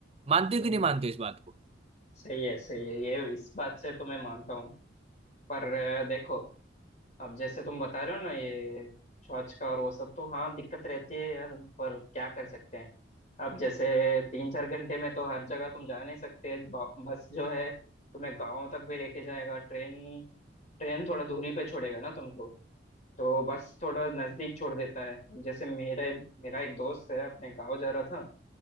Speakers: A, on the right (about 30°); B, on the left (about 40°).
A: मानते हो
B: हम्म,
A: कि नहीं मानते हो इस बात
B: सही है सही है ये इस बात से तो मैं मानता हूँ पर अ, देखो अब जैसे तुम बता रहे हो ना ये शौच का और वो सब तो हाँ दिक्कत रहती है यार पर क्या कर सकते हैं अब जैसे तीन चार घंटे में तो हर जगह तुम जा नहीं सकते ब- बस जो है तुम्हें गाँव तक भी लेके जाएगा ट्रेन ट्रेन थोड़ा दूरी पे छोड़ेगा ना तुमको तो बस थोड़ा नजदीक छोड़ देता है अब जैसे मेरे मेरा एक दोस्त है अपने गाँव जा रहा था